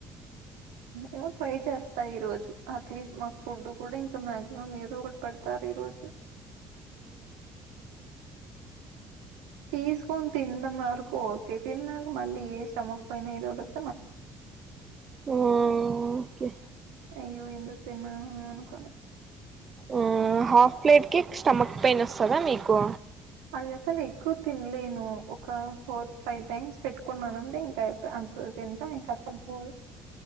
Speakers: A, on the right; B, on the right.
A: ఏమో ట్రై చేస్తా ఈ రోజు అట్లీస్ట్ మాకు ఫుడ్ కూడా ఇంకా మాక్సిమం ఏదో ఒకటి పడ్ తారి ఈరోజు తీసుకొని తినడం వరకు ఓకే తిన్నాక మళ్ళీ ఏ స్టమక్ పైన ఏదోటి వస్
B: ఓకే
A: అయ్యో ఎందుకు తిన్నాను అని అనుకోలే
B: ఊ హాఫ్ ప్లేట్ కి స్టమక్ పెయిన్ వస్తదా మీకు
A: అది అసలు న ఎక్కువ తినలేను ఒక ఫోర్ ఫైవ్ టైమ్స్ పెట్టుకున్నానంటే ఇంకా అయిపా ఎంటా ఇంకసలు పో